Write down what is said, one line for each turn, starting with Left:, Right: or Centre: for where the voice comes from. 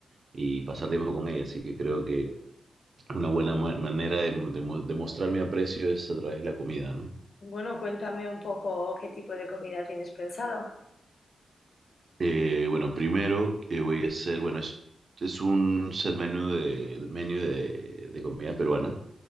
Right: y pasar tiempo con ella, así que creo que una buena ma- manera de, mo- de mo- de mostrar mi aprecio es a través de la comida, ¿no?
Left: Bueno, cuéntame un poco qué tipo de comida tienes pensado.
Right: Eh, bueno, primero que voy a hacer, bueno, es, es un set menú de, menú de, de comida peruana.